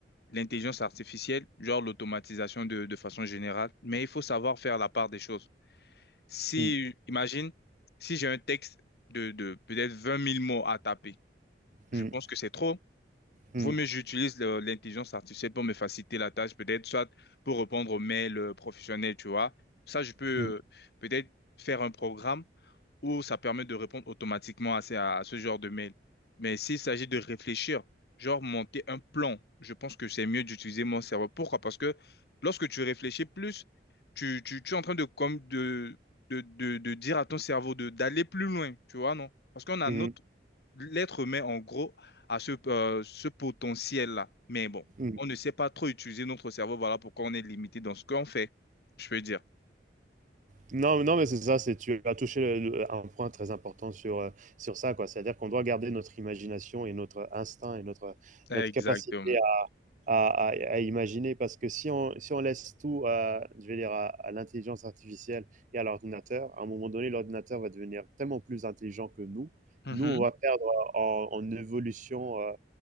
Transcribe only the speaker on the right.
mm,
mm,
mm,
mm,
mm,
mm.
Non, non, mais c'est ça, c'est tu as touché le- le- un point très important sur, euh, sur ça, quoi. C'est-à-dire qu'on doit garder notre imagination et notre instinct et notre,
notre capacité à, à- à- à imaginer, parce que si on, si on laisse tout, à, je vais dire, à, à l'intelligence artificielle et à l'ordinateur, à un moment donné, l'ordinateur va devenir tellement plus intelligent que nous.
Nous, on va perdre en, en évolution, euh,